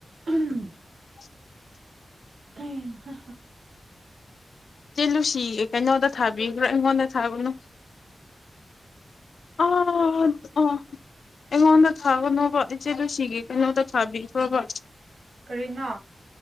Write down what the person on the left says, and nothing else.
<unintelligible>
ꯏꯆꯦ ꯂꯨꯁꯤꯒꯦ ꯀꯩꯅꯣꯗ ꯊꯥꯕꯤꯕ꯭ꯔꯥ ꯑꯩꯉꯣꯟꯗ ꯊꯥꯕꯗꯨ ꯑ ꯑ ꯑꯩꯉꯣꯟꯗ ꯊꯥꯒꯅꯣꯕ ꯏꯆꯦ ꯂꯨꯁꯤꯒꯤ ꯀꯩꯅꯣꯗ ꯊꯥꯕꯤꯈ꯭ꯔꯣꯕ